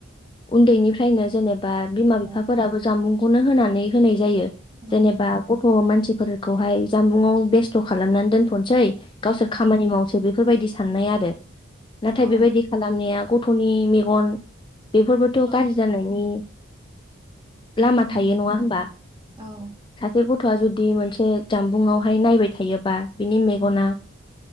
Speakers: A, on the left; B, on the right.
A: उन्दैनिफ्रायनो जेनेबा बिमा
B: औ
A: बिफाफोराबो जामुंखौनो होनानै होनाय जायो।
B: औ
A: जेनेबा गथ' मानसिफोरखौहाय जानबुंआव बेस्थ' खालामनानै दोनथ' सै गावसोर
B: औ
A: खामानि मावसै बेफोरबायदि साननाय आरो। नाथाय
B: औ
A: बेबायदि खालामनाया गथ' थनि मेगन बेफोरबोथ'
B: औ
A: गाज्रि जानायनि लामा
B: उम
A: थायो नङा होनबा?
B: औ
A: सासे गथ'आ जुदि मोनसे जामबुंआवहाय नायबाय थायोबा बिनि मेगना
B: उम